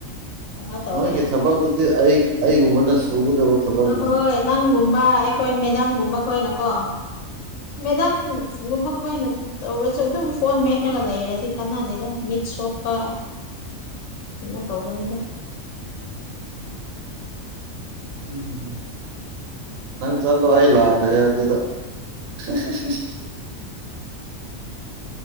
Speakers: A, on the left; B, on the right.
A: ꯀꯩꯅꯣ ꯇꯧꯔꯦ
B: ꯅꯣꯏꯒꯤ ꯊꯕꯛꯇꯨꯗꯤ ꯑꯩ ꯑꯩꯒꯨꯝꯕꯅ ꯁꯨꯒꯗꯕ ꯊꯕꯛꯅꯤ
A: ꯍꯣꯏ ꯅꯪꯒꯨꯝꯕ ꯑꯩꯈꯣꯏ ꯃꯦꯗꯥꯝꯒꯨꯝꯕ ꯈꯣꯏꯅꯀꯣ ꯃꯦꯗꯥꯝꯒꯨꯝꯕ ꯈꯣꯏꯅ ꯇꯧꯔꯁꯨ ꯑꯗꯨꯝ ꯐꯣꯟ ꯃꯦꯠꯂꯒ ꯂꯩꯔꯗꯤ ꯀꯅꯥꯗꯦꯗ ꯃꯤꯠ ꯁꯣꯛꯄ ꯀꯩꯅꯣ ꯇꯧꯒꯅꯤꯗ
B: ꯎꯝ ꯅꯪ ꯆꯠꯂꯣ ꯑꯩ ꯂꯥꯛꯈ꯭ꯔꯥꯒꯦ ꯑꯗꯨꯗ ꯁꯤ <inaudible>